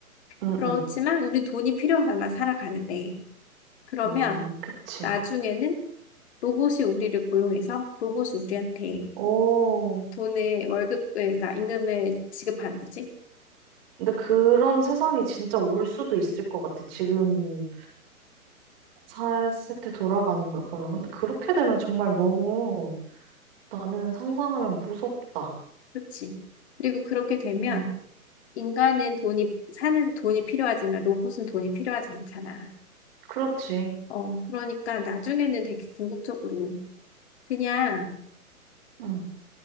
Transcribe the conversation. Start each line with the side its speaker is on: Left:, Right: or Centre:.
Right: 응,
Left: 그렇지만
Right: 응.
Left: 우리 돈이 필요하잖아, 살아가는데. 그러면
Right: 음, 그치.
Left: 나중에는 로봇이 우리를 고용해서 로봇이 우리한테
Right: 오.
Left: 돈을 월급을 그러니까 임금을 지급하는 거지.
Right: 근데 그런 세상이 진짜 올 수도 있을 것 같아. 지금 4세트 돌아가는 걸 보면. 근데 그렇게 되면 정말 너무 나는 상상하면 무섭다.
Left: 그렇지. 그리고 그렇게 되면
Right: 응,
Left: 인간은 돈이 사는 데 돈이 필요하지만 로봇은 돈이 필요하지 않잖아.
Right: 그렇지.
Left: 어, 그러니까 나중에는 되게 궁극적으로 그냥
Right: 응,